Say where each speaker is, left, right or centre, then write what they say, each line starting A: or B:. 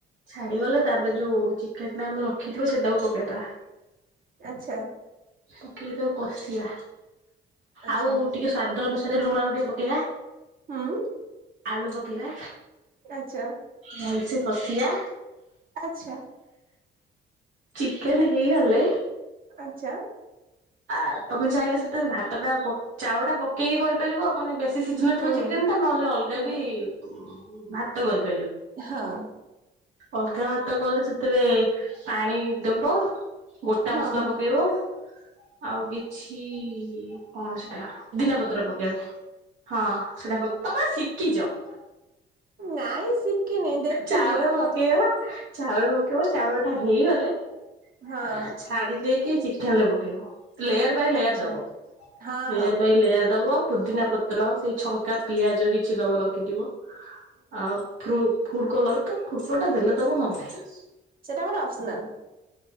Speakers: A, on the right; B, on the right.
A: ଛାଡିଗଲେ ତାପରେ ଯୋଉ ଚିକେନ ଟା ଆମେ ରଖିଥିବ ସେଟାକୁ ପକେଇଦବା।
B: ଆଚ୍ଛା।
A: ପକେଇକି ତାକୁ କଷିବା
B: ଆଚ୍ଛା
A: ଆଉ ଟିକେ ସ୍ଵାଦ ଅନୁସାରେ ଲୁଣ ଆଉ ଟିକେ ପକେଇବା।
B: ହୁଁ
A: ଆଳୁ ପକେଇବା।
B: ଆଚ୍ଛା।
A: ଭଲସେ କଷିଆ।
B: ଆଚ୍ଛା।
A: ଚିକେନ ହେଇଗଲେ।
B: ଆଚ୍ଛା।
A: ଆ ତମେ ଚାହିଁଲେ ସେଥିରେ ଭାତ ଟା ପ ଚାଉଳ ଟା ପକେଇକି କରିପାରିବ ମାନେ ବେ ଶି ସିଝି ନଥିବ
B: ହୁଁ
A: ଚିକେନ ଟା ନହେଲେ ଅଲଗା
B: ହୁଁ
A: ବି ଉଁ ଭାତ କରିବ
B: ହଁ।
A: ଅଲଗା ଭାତ କଲେ ସେଥିରେ ପାଣି ଦବ ଗୋଟା
B: ହଁ
A: ମସଲା ପକେଇବ। ଆଉ କିଛି କଣ ସେଟା ପୋଦିନା ପତ୍ର ପକେଇବ ହଁ। ସେଟା ପ ତମେ ଶିଖିଚ।
B: ନାଇଁ ଶିଖିନି ଦେଖିଛି
A: ଚାଉଳ
B: କୁହ।
A: ପକେଇବ ଚାଉଳ ପକେଇବ ଚାଉଳ ଟା ହେଇଗଲେ
B: ହଁ
A: ଆ ଛାଣି ଦେଇକି ଚିକେନ ଲେ ପକେଇଦବ। ଲେୟାର ବାଇ ଲେୟାର
B: ଆଚ୍ଛା
A: ଦବ
B: ହଁ
A: ଲେୟାର
B: ହଁ
A: ବାଇ ଲେୟାର ଦବ। ପୁଦିନା ପତ୍ର ସେଇ ଛଙ୍କା ପିଆଜ କିଛି ଦବ ରଖିଥିବ ଆଉ ଫ୍ରୁ ଫୁଡ କଲର ତ ଫୁଡ କଲର ଟା ଦେଲେ ଦବ ନହେଲେ ନାଇ।
B: ସେଟା ଗୋଟେ ଅପସନାଲ।